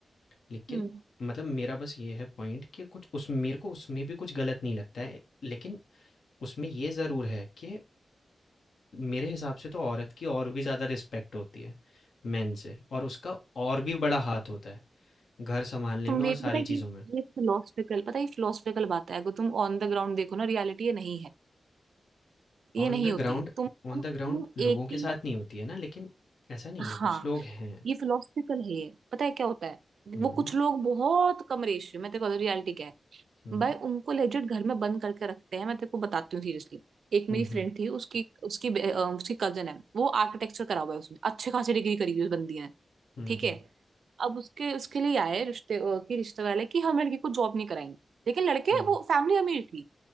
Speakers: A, on the left (about 80°); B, on the right (about 85°).
A: लेकिन
B: हम्म
A: मतलब मेरा बस ये है पॉइंट कि कुछ उस मेरे को उसमें भी कुछ गलत नहीं लगता है। लेकिन उसमें ये ज़रूर है कि मेरे हिसाब से तो औरत की और भी ज़्यादा रिस्पेक्ट होती है मेन से और उसका और भी बड़ा हाथ होता है घर संभालने
B: तुम
A: में और
B: एक
A: सारी
B: पता है कि
A: चीज़ों में
B: ये फिलोसफिकल पता है ये फिलोसफिकल बात है अगर तुम ऑन द ग्राउंड देखो ना रियलिटी ये नहीं है ये
A: On
B: नहीं
A: the
B: होती
A: ground
B: है तुम तुम,
A: on the
B: तुम
A: ground लोगों
B: एक
A: के
B: ही
A: साथ नहीं होती है ना लेकिन ऐसा नहीं
B: हाँ
A: है कुछ लोग हैं
B: ये फिलोसफिकल है ये पता है क्या होता है
A: हुँ,
B: वो कुछ लोग बहुत कम रेशियो मैं तेरे को रियलिटी क्या है
A: हुँ,
B: भाई उनको लेजिट घर में बंद करके रखते हैं मैं तेरे को बताती हूँ सीरियसली एक
A: हुँ,
B: मेरी
A: हुँ,
B: फ्रेंड थी उसकी उसकी बे- अ, उसकी कजन है वो आर्किटेक्चर करा हुआ है उसने अच्छे खासी डिग्री करी हुई है उस बंदी ने
A: हुँ,
B: ठीक
A: हुँ,
B: है अब उसके उसके लिए आए रिश्ते अ, कि रिश्ते वाले कि हम लड़की को जॉब नहीं कराएंगे लेकिन लड़के
A: हुँ,
B: वो फैमिली अमीर थी